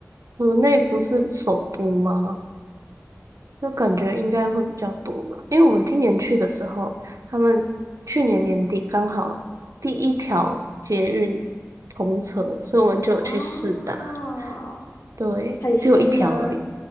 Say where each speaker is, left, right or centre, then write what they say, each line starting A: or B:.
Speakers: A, on the right (about 85°); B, on the left (about 85°).
A: 河内不是首都吗？就感觉应该会比较多吧。因为我们今年去的时候，他们去年年底刚好第一条捷运通车，所以我们就有去试搭。
B: 哦，
A: 对，
B: 很新吗？
A: 只有一条而已，